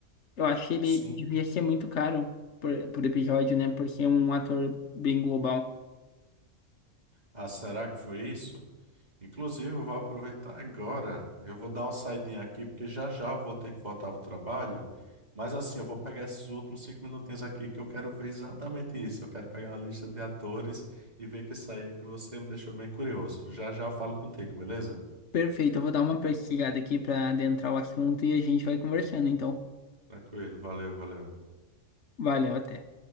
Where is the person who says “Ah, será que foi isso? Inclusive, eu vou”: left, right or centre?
Right